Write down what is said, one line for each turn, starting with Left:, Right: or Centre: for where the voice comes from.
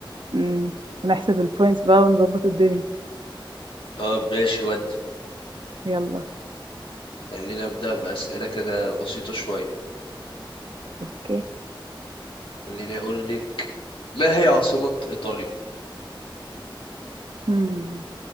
Right: امم ونحسب البوينتس بقى ونظبط الدنيا
Left: طب ماشي ودي
Right: يلا
Left: خليني أبدأ بأسئلة كده بسيطة شوية
Right: أوكي
Left: خليني أقول لك ما هي عاصمة إيطاليا؟
Right: امم